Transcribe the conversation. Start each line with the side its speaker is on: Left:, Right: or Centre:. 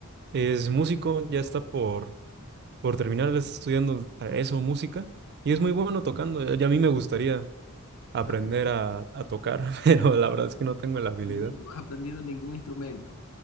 Right: es músico, ya está por, por terminar, él está estudiando a eso, música, y es muy bueno tocando. Y a mí me gustaría aprender
Left: pero
Right: a, a tocar, <laughs> pero la verdad es que no tengo
Left: no
Right: la
Left: has
Right: habilidad.
Left: aprendido
Right: <laughs>
Left: no has aprendido ningún instrumento.